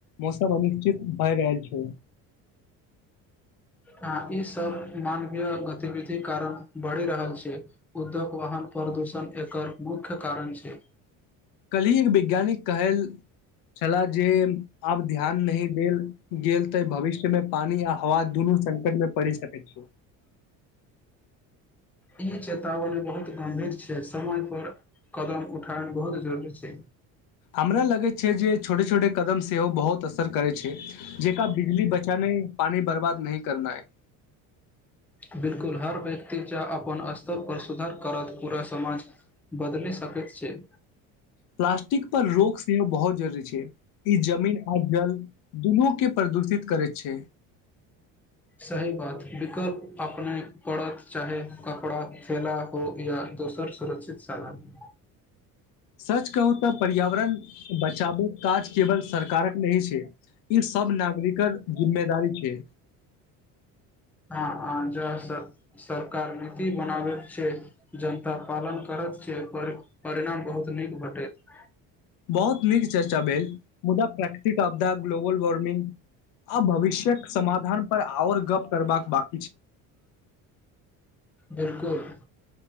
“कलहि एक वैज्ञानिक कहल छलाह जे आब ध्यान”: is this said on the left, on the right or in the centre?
Left